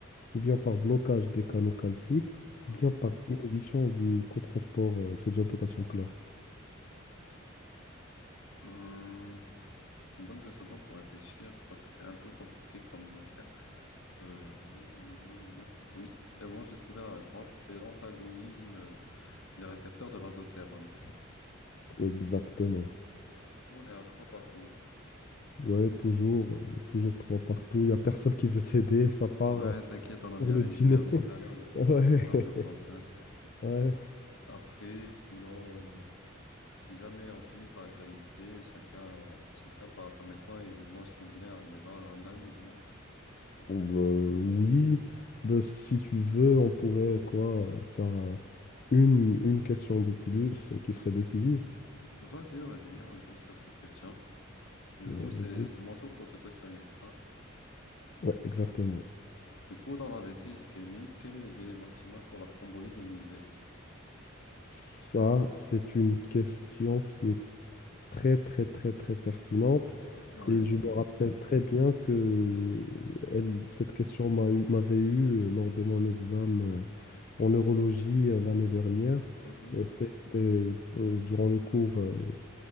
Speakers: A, on the left; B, on the left.
A: ou bien par blocage des canaux calciques,
B: mhm.
A: ou bien par inhibition du cotransport euh, sodium-potassium-chlore?
B: Hum, Tu me donnes deux secondes pour réfléchir, c'est parce que c'est un peu compliqué comme matière. Euh, hum, hum, hum. oui, c'est bon, j'ai trouvé la réponse. C'est l'antagonisme euh, des récepteurs de l'aldostérone.
A: Exactement.
B: Du coup, on est à trois partout.
A: Ouais, toujours, euh, toujours trois partout. Il n'y a personne qui veut céder, <laughs> ça part
B: Ouais,
A: euh,
B: t'inquiète, on a
A: pour
B: bien
A: le
B: révisé,
A: dîner.
B: on
A: <laughs>
B: est calé, on est prêt
A: Ouais,
B: pour l'examen,
A: <laughs>
B: je pense. hein.
A: ouais.
B: Après, sinon, euh, si jamais on finit par égalité, chacun, chacun part à sa maison et mange son dîner à la maison et on annule, non?
A: Bon, bah, oui, Bah, si tu veux, on pourrait quoi euh, faire euh, une, une question de plus euh, qui serait décisive.
B: Vas-y, vas-y, on joue sur cette question. Du
A: Euh,
B: coup, c'est,
A: vas-y.
B: c'est mon tour pour te questionner, c'est ça?
A: Ouais, exactement.
B: Du coup, dans la l'AVC ischémique, quel est le délai maximal pour la thrombolyse en IV?
A: Ça, c'est une question qui est très, très, très, très pertinente.
B: Ouais.
A: Et je me rappelle très bien que elle, cette question m'a eu- m'avait eu euh, lors de mon examen euh, en neurologie euh, l'année dernière.
B: Mhm.
A: Euh, C'était c'était, euh, durant le cours, euh,